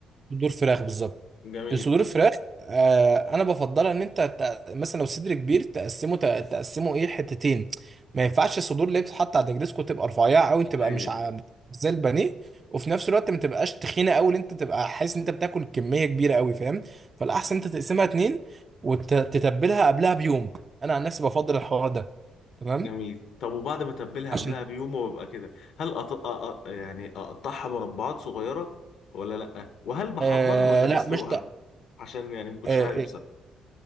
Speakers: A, on the right; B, on the left.
A: صدور فراخ بالظبط
B: جميل
A: الصدور الفراخ آه انا بفضلها ان انت تق- مثلا لو صدر كبير تقسمه تق- تقسمه ايه حتتين ما ينفعش الصدور اللي بتتحط على النجريسكو تبقى رفيعه قوي تبقى
B: اي
A: مش ع- زي البانيه وفي نفس الوقت ما تبقاش تخينه قوي اللي انت تبقى حاسس ان انت بتاكل كميه كبيره قوي فاهم فالاحسن انت تقسمها
B: أي.
A: اتنين وتتبلها قبلها بيوم انا عن نفسي بفضل الحوار ده تمام
B: جميل طب وبعد ما اتبلها
A: عشان
B: قبلها بيوم وببقى كده هل أط... أ... أ... يعني اقطعها مربعات صغيره ولا لا وهل بحمرها
A: آه
B: ولا بسلقها
A: لا مش ت- آه
B: عشان يعني ما كنتش
A: آه،
B: عارف بصراحه